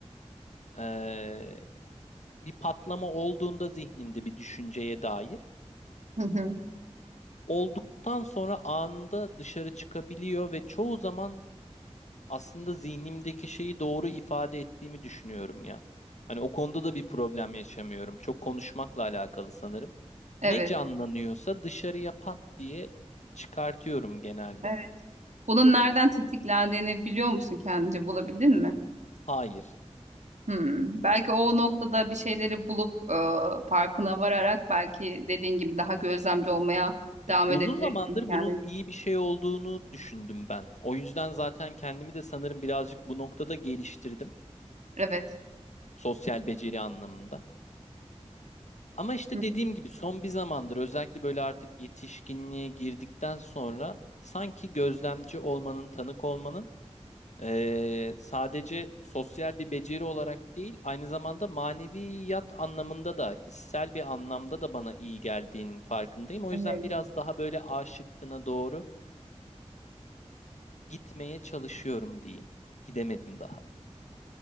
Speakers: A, on the left; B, on the right.
A: Ee, bir patlama olduğunda zihnimde bir düşünceye dair
B: Hı hı.
A: olduktan sonra anında dışarı çıkabiliyor ve çoğu zaman aslında zihnimdeki şeyi doğru ifade ettiğimi düşünüyorum ya. Hani o konuda da bir problem yaşamıyorum. Çok konuşmakla alakalı sanırım.
B: Evet.
A: Ne canlanıyorsa dışarıya pat diye çıkartıyorum genelde.
B: Evet. Bunun nereden tetiklendiğini biliyor musun kendince bulabildin mi?
A: Hayır.
B: Hmm. Belki o noktada bir şeyleri bulup e, farkına vararak belki dediğin gibi daha gözlemci olmaya
A: Ya
B: devam
A: uzun
B: edebilirsin
A: zamandır
B: kendin.
A: bunun iyi bir şey olduğunu düşündüm ben. O yüzden zaten kendimi de sanırım birazcık bu noktada geliştirdim.
B: Evet.
A: sosyal beceri anlamında. Ama işte
B: Hı hı.
A: dediğim gibi son bir zamandır özellikle böyle artık yetişkinliğe girdikten sonra sanki gözlemci olmanın, tanık olmanın eee, sadece sosyal bir beceri olarak değil, aynı zamanda maneviyat anlamında da, hissel bir anlamda da bana iyi geldiğinin farkındayım. O
B: Evet.
A: yüzden biraz daha böyle A şıkkına doğru gitmeye çalışıyorum diyeyim. Gidemedim daha.